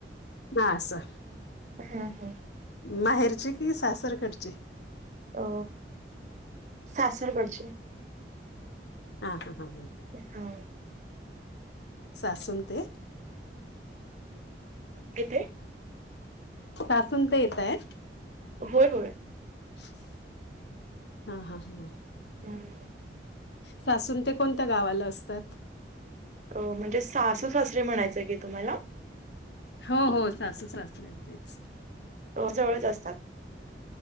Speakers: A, on the left; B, on the right.
A: हा असं.
B: हं, हं.
A: माहेरची कि सासरकडची?
B: अ.. सासरकडची.
A: हा हा. <unintelligible>
B: <inaudible>
A: सासून ते-
B: किती?
A: सासू अन ते येतायेत.
B: होय, होय.
A: <unintelligible> हा, हा.
B: <inaudible>
A: सासू अन ते कोणत्या गावाला असतात?
B: अ म्हणजे सासू, सासरे म्हणायचंय की तुम्हाला?
A: हो, हो सासू सासरे तेच.
B: जवळच असतात.